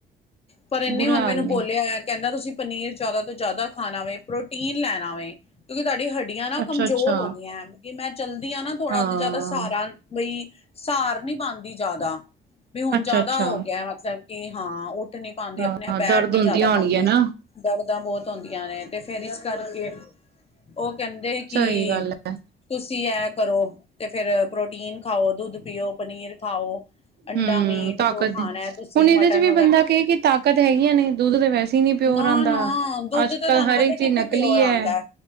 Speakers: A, on the left; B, on the right.
A: ਪਰ ਇਹੰਨੇ
B: ਬੁਰਾ
A: ਹੁਣ ਮੈਨੂੰ
B: ਹਾਲ ਨੇ
A: ਬੋਲਿਆ ਐ, ਕਹਿੰਦਾ ਤੁਸੀਂ ਪਨੀਰ ਜ਼ਿਆਦਾ ਤੋਂ ਜ਼ਿਆਦਾ ਖਾਣਾ ਵੈ, ਪ੍ਰੋਟੀਨ ਲੈਣਾ ਵੈ, ਕਿਉਂਕਿ ਤੁਹਾਡੀ ਹੱ ਹਡਿਆਂ ਨਾ
B: ਅੱਛਾ-ਅੱਛਾ,
A: ਕਮਜ਼ੋਰ ਹੋ ਗਈਆਂ, ਮੈਂ ਚਲਦੀ ਹਾਂ ਨਾ ਥੋੜਾ
B: ਹਾਂ,
A: ਜਿਆਦਾ ਸਾਰਾ ਬਈ ਸਹਾਰ ਨਹੀਂ ਪਾਂਦੀ ਜਿਆਦਾ, ਵੀ ਹੁਣ
B: ਅੱਛਾ-ਅੱਛਾ,
A: ਜਿਆਦਾ ਹੋ ਗਿਆ ਮਤਲਬ ਕਿ ਹਾਂ ਉੱਠ ਨਹੀਂ ਪਾਉਂਦੀ
B: ਹਾਂ
A: ਆਪਣੇ ਆਪ, ਬੈਠ
B: ਦਰਦ
A: ਨੀ
B: ਹੁੰਦੀਆਂ
A: ਜਿਆਦਾ ਪਾਉਂਦੀ।
B: ਹੋਣਗੀਆਂ ਨਾ।
A: ਦਰਦਾਂ ਬਹੁਤ ਹੋਦਿਆਂ ਨੇ, ਤੇ ਫੇਰ ਇਸ ਕਰਕੇ ਉਹ ਕਹਿੰਦੇ ਕਿ
B: ਸਹੀ ਗੱਲ ਐ,
A: ਤੁਸੀਂ ਇਹ ਕਰੋ, ਤੇ ਫਿਰ ਪ੍ਰੋਟੀਨ ਖਾਓ, ਦੁੱਧ ਪੀਓ, ਪਨੀਰ ਖਾਓ ਅੰਡਾ
B: ਹੂ,
A: ਮੀਟ
B: ਤਾਕਤ
A: ਜੋ
B: ਦੀ,
A: ਖਾਣਾ ਹੈ ਤੁਸੀਂ
B: ਹੁਣ ਇਹਦੇ
A: ਮਟਨ
B: ਚ ਵੀ ਬੰਦਾ ਕਹੇ ਕਿ ਤਾਕਤ ਹੈਗੀ ਐ ਨਹੀ, ਦੁੱਧ ਦੇ ਵੈਸੇ ਹੀ ਨੀ ਪਿਓਰ
A: ਨਾ
B: ਆਂਦਾ।
A: ਨਾ ਦੁੱਧ
B: ਅੱਜ-ਕੱਲ
A: ਤੇ ਤੁਹਾਨੂੰ
B: ਹਰ
A: ਪਤਾ,
B: ਇੱਕ
A: ਕਿੱਥੇ
B: ਚੀਜ਼ ਨਕਲੀ
A: ਪਿਓਰ
B: ਐ,
A: ਆਉਂਦਾ,